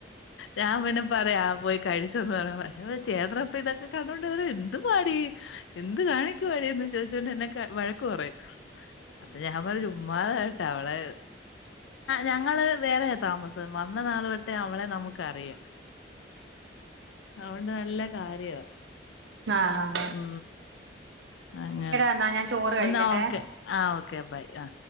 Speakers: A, on the left (about 85°); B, on the right (about 80°).
A: ഞാൻ പിന്നെ പറയാ പോയി കഴിച്ചോന്ന് പറയുമ്പം പക്ഷേ ചേട്ടപ്പ ഇതൊക്കെ കണ്ടോണ്ടണ്ട് വരും എന്തുവാടി എന്ത് കാണിക്കുവാടിന്ന് ചോദിച്ചോണ്ട് എന്നെ വഴക്ക് പറയും ഞാൻ പറയും ചുമ്മാഎട്ടാ അവളെ ഞങ്ങള് വേറെ താമസം വന്ന നാള് തൊട്ടെ അവളെ നമുക്കറിയാം. അവണ്ട് നല്ല കാര്യവാ
B: ആഹ!
A: ഉ അങ്ങനെ
B: എന്നാ ഞാൻ ചോറ് കഴിക്കട്ടെ
A: എന്നാ ഓക്കെ! ആ.. ഓക്കെ ബൈ. ആ.